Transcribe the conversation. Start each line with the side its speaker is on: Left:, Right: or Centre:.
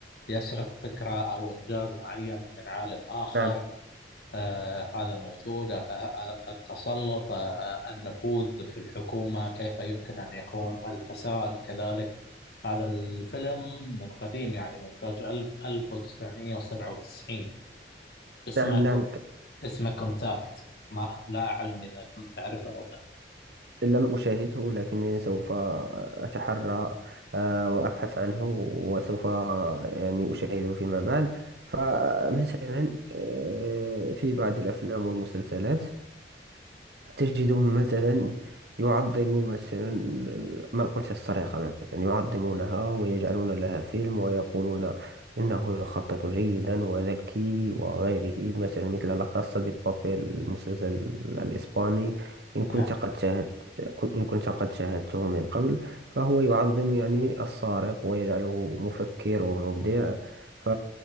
Left: يسرق فكرة أو إنجاز معين من عالم آخر
Right: نعم
Left: آه، هذا موجود آه، آه، التسلط آه، آه، النفوذ في الحكومة كيف يمكن أن يكون الفساد كذلك هذا الفيلم من قديم يعني من إنتاج 1997 اسمه
Right: نعم
Left: كو-
Right: نعم
Left: اسمه كونتاكت ما لا أعلم إذا كنت تعرفه أو لا
Right: لم أشاهده لكنني سوف أتحرى آه، وأبحث عنه وسوف يعني أشاهده فيما بعد فمثلا آه، في بعض الأفلام والمسلسلات تجدهم مثلا يعظمون مثلا ما قلت السرقة مثلا يعظمونها ويجعلون لها فيلم ويقولون إنه يخطط جيدا وذكي وغيره مثلا مثل لا كاسا دي بابيل المسلسل الإسباني إن كنت
Left: نعم
Right: قد شاهدت إن كنت قد شاهدته من قبل فهو يعظم يعني السارق ويجعله مفكر ومبدع ف